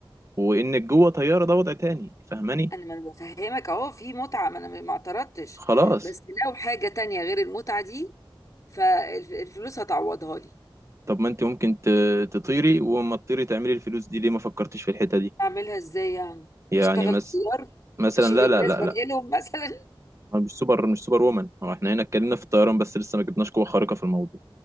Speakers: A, on the right; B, on the left.
A: وانك جوه طياره ده وضع تاني فاهماني
B: انا ما انا بفهمك اهو في متعه ما انا ما اعترضتش
A: خلاص
B: بس لو حاجه تانية غير المتعه دي فالفلوس هتعوضها لي
A: طب ما انت ممكن ت- تطيري وما تطيري تعملي الفلوس دي ليه ما فكرتيش في الحتة دي
B: اعملها ازاي يعني
A: يعني
B: اشتغل
A: مس...
B: طيار
A: مثلا
B: هشيل
A: لا لا
B: الناس
A: لا
B: بنقلهم
A: لا
B: مثلا
A: هو مش سوبر مش سوبر وومن هو احنا هنا اتكلمنا في الطيران بس لسه ما جبناش قوة خارقة في الموضوع